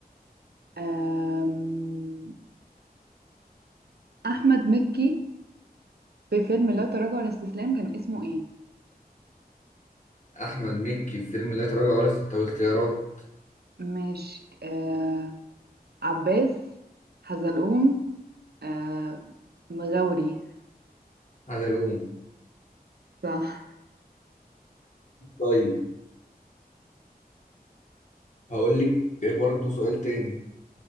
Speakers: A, on the right (about 80°); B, on the left (about 50°).
A: أم، احمد مكي في فيلم لا تراجع ولا استسلام كان اسمه ايه
B: احمد مكي في فيلم لا تراجع ولا استسلام اختيارات
A: ماشي آه عباس حزلقوم آه مغاوري
B: حزلقوم
A: صح
B: طيب هقول لك برضه سؤال تاني